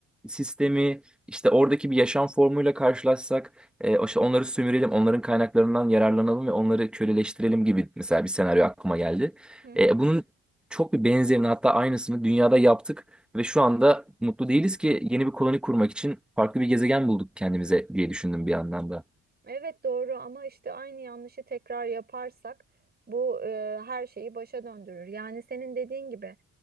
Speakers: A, in the centre; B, on the right (about 30°).
A: sistemi işte oradaki bir yaşam formuyla karşılaşsak e, o- işte onları sömürelim, onların kaynaklarından yararlanalım ve onları köleleştirelim gibi mesela bir senaryo aklıma geldi.
B: <laughs> Hı hı.
A: E, bunun çok bir benzerini hatta aynısını dünyada yaptık ve şu anda mutlu değiliz ki yeni bir koloni kurmak için farklı bir gezegen bulduk kendimize diye düşündüm bir yandan da.
B: Evet doğru ama işte aynı yanlışı tekrar yaparsak bu e, her şeyi başa döndürür. Yani senin dediğin gibi